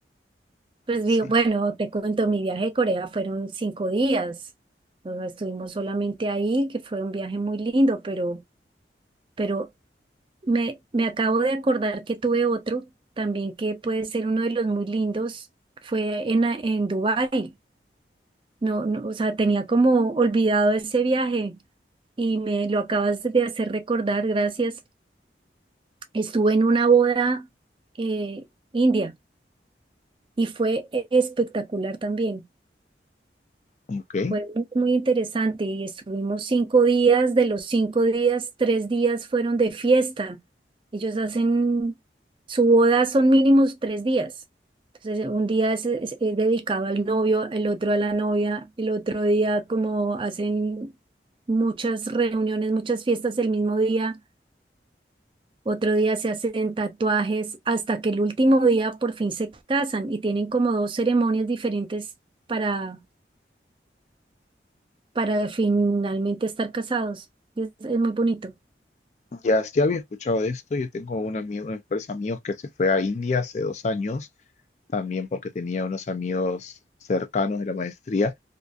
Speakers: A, on the right (about 30°); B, on the left (about 40°).
A: Pues
B: Sí.
A: vi- bueno, te cuento, mi viaje a Corea fueron cinco días. O sea, estuvimos solamente ahí, que fue un viaje muy lindo, pero, pero me, me acabo de acordar que tuve otro también que puede ser uno de los muy lindos. Fue en, a- en Dubái. No, no, o sea, tenía como olvidado ese viaje y me lo acabas de hacer recordar, gracias. Estuve en una boda eh, india. y fue e- espectacular también.
B: Ok.
A: Fue muy, muy interesante y estuvimos cinco días, de los cinco días, tres días fueron de fiesta. Ellos hacen, su boda son mínimos tres días. Entonces, un día es, es- es dedicado al novio, el otro a la novia, el otro día como hacen muchas reuniones, muchas fiestas el mismo día otro día se hacen tatuajes, hasta que el último día por fin se casan y tienen como dos ceremonias diferentes para, para finalmente estar casados. Es, es muy bonito.
B: Ya, sí había escuchado de esto. Yo tengo un amigo, unos mejores amigos que se fue a India hace dos años, también porque tenía unos amigos cercanos de la maestría.